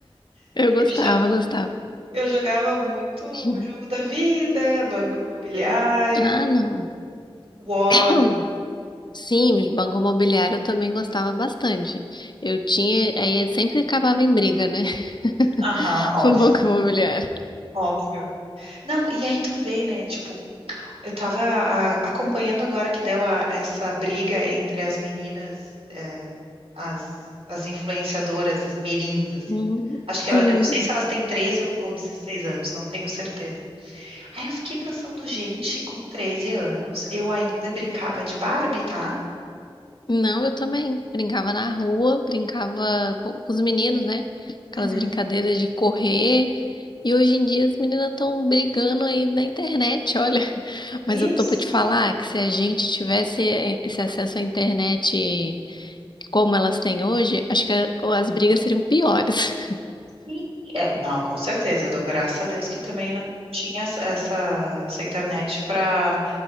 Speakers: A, on the left; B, on the right.
A: Eu gostava,
B: Eu, jo-
A: gostava. <laughs>
B: eu jogava muito
A: <clears throat>
B: Jogo da Vida, Banco Imobiliário,
A: Ah, não.
B: War.
A: <coughs> <clears throat> Sim, de banco imobiliário eu também gostava bastante. Eu tinha, aí ele sempre acabava em briga, né?
B: Aham,
A: <laughs>
B: óbvio,
A: O banco imobiliário.
B: óbvio. Não, e aí tu vê, né? Tipo, Eu estava acompanhando agora que deu a- essa briga entre as meninas, eh, as, as influenciadoras, as mirins, assim.
A: Hum,
B: Acho que
A: Sim.
B: ela, eu não sei se elas têm 13 ou ou 16 anos, não tenho certeza. Aí eu fiquei pensando, gente, com 13 anos, eu ainda brincava de Barbie, tá?
A: Não, eu também. Brincava na rua, brincava com, com os meninos, né? Aquelas
B: Uhum.
A: brincadeiras de correr. E hoje em dia as meninas estão brigando aí na internet, olha. <laughs> Mas
B: Isso.
A: eu tô pra te falar que se a gente tivesse eh, esse acesso à internet como elas têm hoje, acho que a- as brigas seriam piores.
B: sim. É, não, com certeza. Eu dou graças a Deus que também não, não tinha essa, essa essa internet para